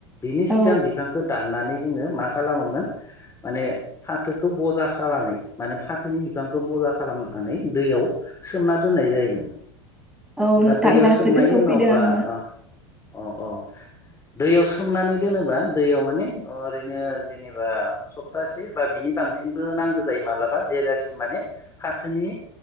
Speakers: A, on the left (about 20°); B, in the centre.
A: बिनि
B: औ
A: सिगां बिफांखौ दाननानै जोंङो मा खालामोमोन माने फाथोखौ बजा खालामनानै माने फाथोनि बिफांखौ बजा खालामनानै दैयाव सोमना दोननाय जायोमोन
B: औ नोंथां
A: बा दैयाव
B: दासो
A: सोमनायनि
B: गोसोआव
A: उनाव
B: फैदों
A: बा
B: आङो
A: अ अ दैयाव सोमनानै दोनोबा दैयाव माने ओरैनो जेनेबा सप्तासे बा बिनि बांसिनबो नांगौ जायो मालाबा जेजासिम माने फाथोनि